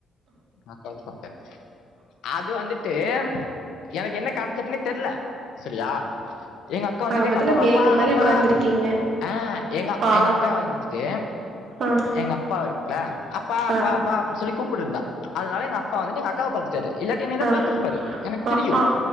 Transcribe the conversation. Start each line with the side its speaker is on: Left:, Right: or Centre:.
Left: அக்காவதா பாத்தாரு அது வந்துட்டு எனக்கு என்ன கான்செப்ட்ன்னு தெரியல செரியா எங்க அக்கா வந்துட்டு
Right: ஆக மொத்தல
Left: எங்க அப்பா
Right: பேக்கு
Left: அப்பா
Right: மாரி
Left: அப்பா
Right: உக்காந்துருக்கீங்க
Left: ஆஹ் எங்க
Right: ஆ
Left: எங்க அக்கா வந்துட்டு
Right: ஆ
Left: எங்க அப்பா இருக்குலா அப்பா அப்பா
Right: ஆ
Left: அப்படின்னு சொல்லி கூப்பிட்டுங்க அதனால எங்க அப்பா வந்துட்டு எங்க அக்காவ பாத்துட்டாரு இல்லாட்டி என்னதா
Right: ஆ ஆ
Left: பாத்துருப்பாரு எனக்கு
Right: ஆ
Left: தெரியும்
Right: ஆ